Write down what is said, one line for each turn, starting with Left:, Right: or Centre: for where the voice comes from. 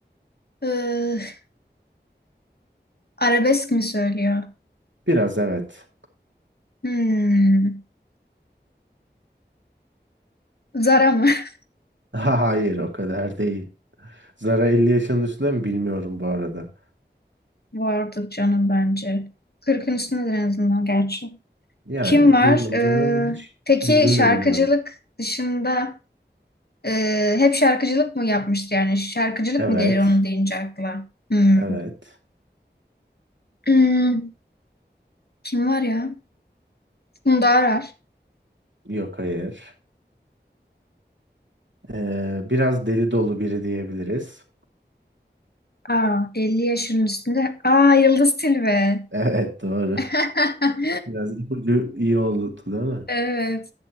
Left: Ee, arabesk mi söylüyor?
Right: Biraz evet.
Left: Hmm. Zara mı? <laughs>
Right: <laughs> Hayır, o kadar değil. Zara 50 yaşının üstünde mi bilmiyorum bu arada.
Left: Vardır canım bence. 40'ın üstündedir en azından gerçi.
Right: Yani
Left: Kim var?
Right: bilmiyorum
Left: Ee,
Right: zaten hiç
Left: peki
Right: yüzünü
Left: şarkıcılık
Right: de bilmiyorum.
Left: dışında e, hep şarkıcılık mı yapmıştı yani? Şarkıcılık
Right: Evet.
Left: mı gelir onun deyince akla? Hmm.
Right: Evet.
Left: Hmm, Kim var ya? Funda Arar.
Right: Yok hayır. Ee, biraz deli dolu biri diyebiliriz.
Left: Aa, 50 yaşının üstünde. Aa, Yıldız Tilbe.
Right: <laughs> Evet doğru.
Left: <laughs>
Right: Biraz ipucu iyi oldu değil mi?
Left: Evet.